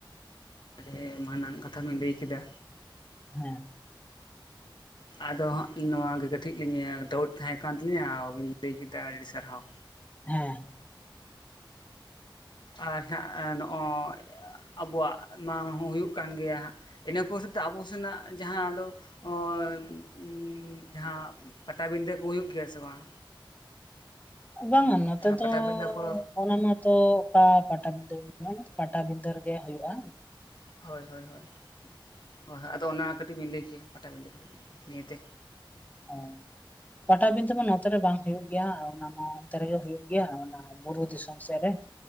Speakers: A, on the left; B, on the left.
A: ᱦᱮᱸ ᱢᱟᱱᱟᱱ ᱠᱟᱛᱷᱟ ᱵᱤᱱ ᱞᱟᱹᱭ ᱠᱮᱫᱟ᱾
B: ᱦᱮᱸ᱾
A: ᱟᱫᱚ ᱦᱟᱸᱜ ᱤᱧ ᱱᱚᱶᱟ ᱜᱮ ᱠᱟᱹᱴᱤᱡ ᱞᱤᱧ ᱰᱟᱹᱣᱩᱴ ᱛᱟᱦᱮᱸ ᱠᱟᱱ ᱛᱟᱹᱞᱤᱧᱟ ᱟᱵᱮᱱ ᱞᱟᱹᱭ ᱠᱮᱫᱟ ᱟᱹᱰᱤ ᱥᱟᱨᱦᱟᱣ᱾
B: ᱦᱮᱸ᱾
A: ᱟᱨ ᱦᱟᱸᱜ ᱱᱚᱸᱜ-ᱚᱭ ᱟᱵᱚᱣᱟᱜ ᱢᱟ ᱦᱚᱸ ᱦᱩᱭᱩᱜ ᱠᱟᱱ ᱜᱮᱭᱟ ᱦᱟᱸᱜ᱾ ᱤᱱᱟᱹ ᱯᱚᱥᱮ ᱛᱮ ᱟᱵᱚ ᱥᱮᱱᱟᱜ ᱡᱟᱦᱟᱸ ᱫᱚ ᱚᱸ ᱩᱸᱢ ᱡᱟᱦᱟᱸᱼᱼ ᱯᱟᱴᱟ ᱵᱤᱸᱫᱟᱹ ᱠᱚ ᱦᱩᱭᱩᱜ ᱜᱮᱭᱟ ᱥᱮ ᱵᱟᱝ?
B: ᱵᱟᱝᱟ ᱱᱚᱛᱮ
A: ᱚᱱᱟ
B: ᱫᱚ᱾
A: ᱯᱟᱴᱟᱵᱤᱸᱫᱟᱹ ᱠᱚ
B: ᱚᱱᱟ ᱢᱟᱛᱚ ᱚᱠᱟ ᱯᱟᱴᱟ ᱵᱤᱸᱫᱟᱹ ᱱᱟ ᱯᱟᱴᱟ ᱵᱤᱸᱫᱟᱹ ᱨᱮᱜᱮ ᱦᱩᱭᱩᱜ-ᱟ᱾
A: ᱦᱚᱭ ᱦᱚᱭ ᱦᱚᱭ ᱦᱚᱭ ᱟᱫᱚ ᱚᱱᱟ ᱠᱟᱹᱴᱤᱡ ᱵᱤᱱ ᱞᱟᱹᱭ ᱠᱤᱭᱟ ᱯᱟᱴᱟ ᱵᱤᱱᱫᱟᱹ ᱠᱟᱹᱴᱤᱡ ᱱᱤᱭᱟᱹᱛᱮ?
B: ᱚᱸ ᱯᱟᱴᱟ ᱵᱤᱱᱫᱟᱹ ᱢᱟ ᱱᱚᱛᱮ ᱨᱮ ᱵᱟᱝ ᱦᱩᱭᱩᱜ ᱜᱮᱭᱟ ᱚᱱᱟ ᱢᱟ ᱚᱱᱛᱮ ᱨᱮᱜᱮ ᱦᱩᱭᱩᱜ ᱜᱮᱭᱟ ᱚᱱᱟᱼᱼ ᱵᱩᱨᱩ ᱫᱤᱥᱚᱢ ᱥᱮᱜ ᱨᱮ᱾